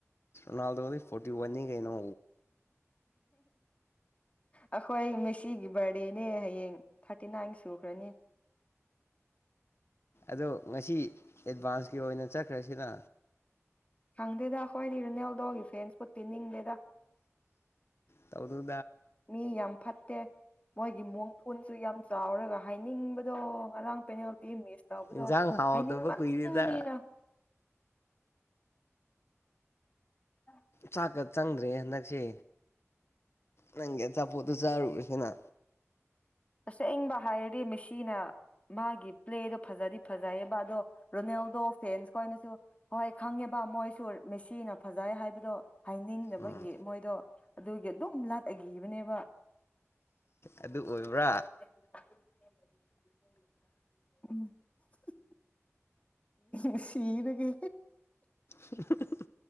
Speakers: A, on the left (about 55°); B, on the left (about 25°).
A: ꯔꯅꯥꯜꯗꯣ ꯐꯣꯔꯇꯤ ꯋꯥꯟ ꯀꯩꯅꯣ
B: ꯑꯩꯈꯣꯏ ꯉꯁꯤꯒꯤ ꯕꯥꯔꯗꯦꯅꯦ ꯍꯌꯦꯡ ꯊꯥꯔ ꯊꯥꯔꯇꯤ ꯅꯥꯏꯟ ꯁꯨꯈ꯭ꯔꯅꯤ
A: ꯑꯗꯣ ꯉꯁꯤ ꯑꯦꯗꯚꯥꯟꯁꯀꯤ ꯑꯣꯏꯅ ꯆꯠꯈ꯭ꯔꯁꯤꯅ
B: ꯍꯪꯗꯦꯗ ꯍꯣꯏ ꯏꯔ ꯅꯦꯜꯗꯣ ꯐꯦꯟꯁ ꯇꯤꯟꯗꯦꯗ
A: ꯇꯗ
B: ꯃꯤ ꯌꯥꯝ ꯐꯠꯇꯦ ꯃꯣꯏꯒꯤ ꯃꯣꯡ ꯐꯨꯣꯟꯁꯨ ꯌꯥꯝ ꯆꯥꯎꯔꯒ ꯍꯥꯏꯅꯤꯡꯕꯗꯣ ꯉꯔꯥꯡ ꯄꯦꯅꯥꯜꯇꯤ ꯃꯤꯁ ꯇꯧꯕꯗꯣ
A: ꯏꯟꯁꯥꯡ ꯍꯥꯎꯗꯕ
B: ꯍꯥꯏꯅꯤꯡꯕꯟꯕꯅꯤꯅ
A: ꯀꯨꯏꯔꯦꯗ
B: ꯑ
A: ꯆꯥꯛꯀ ꯆꯪꯗ꯭ꯔꯦ ꯍꯟꯗꯛꯁꯦ ꯅꯪꯒꯤ ꯑꯆꯥꯄꯣꯠꯇꯣ ꯆꯥꯔꯨꯁꯤꯅ
B: ꯑꯁꯦꯡꯕ ꯍꯥꯏꯔꯗꯤ ꯃꯦꯁꯤꯅ ꯃꯥꯒꯤ ꯄ꯭ꯂꯦꯗꯣ ꯐꯖꯗꯤ ꯐꯖꯩꯌꯦꯕ ꯑꯗꯣ ꯔꯣꯅꯦꯜꯗꯣ ꯐꯦꯟꯁ ꯈꯣꯏꯅꯁꯨ ꯍꯣꯏ ꯈꯪꯉꯦꯕ ꯃꯣꯏꯁꯨ ꯃꯦꯁꯤꯅ ꯐꯖꯩ ꯍꯥꯏꯕꯗꯣ ꯍꯥꯏꯅꯤꯡꯗꯕꯒꯤ
A: ꯎꯝ
B: ꯃꯣꯏꯗꯣ ꯑꯗꯨꯒꯤ ꯑꯗꯨꯝ ꯂꯥꯠꯑꯈꯤꯕꯅꯦꯕ
A: ꯑꯗꯨ ꯑꯣꯏꯕ꯭ꯔꯥ
B: <unintelligible> <inaudible> ꯏ ꯁꯗ ꯀꯦ
A: ꯍꯦꯍꯦ